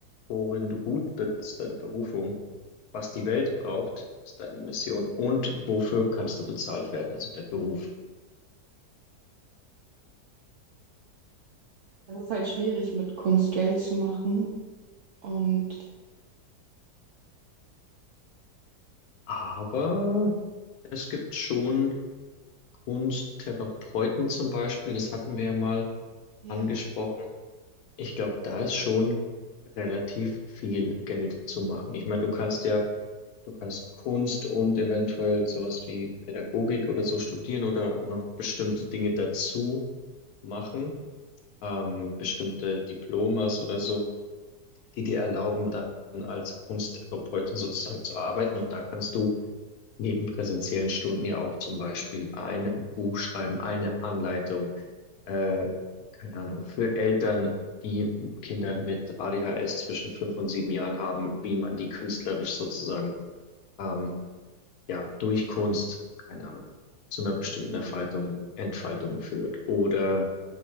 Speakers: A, on the left (about 70°); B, on the right (about 70°).
A: worin du gut bist, deine Berufung, was die Welt braucht, ist deine Mission und wofür kannst du bezahlt werden, also der Beruf.
B: Das ist halt schwierig, mit Kunst Geld zu machen. Und
A: Aber Es gibt schon Kunsttherapeuten zum Beispiel, das hatten wir ja mal
B: ja,
A: angesprochen. Ich glaube, da ist schon relativ viel Geld zu machen. Ich meine, du kannst ja, du kannst Kunst und eventuell sowas wie Pädagogik oder so studieren oder noch bestimmte Dinge dazu machen, ähm, bestimmte Diplomas oder so, die dir erlauben, dann als Kunsttherapeutin sozusagen zu arbeiten. Und da kannst du neben präsenziellen Stunden ja auch zum Beispiel ein Buch schreiben, eine Anleitung, äh, keine Ahnung, für Eltern, die Kinder mit ADHS zwischen fünf und sieben Jahren haben, wie man die künstlerisch sozusagen, ähm, ja, durch Kunst, keine Ahnung, zu einer bestimmten Erfaltung, Entfaltung führt oder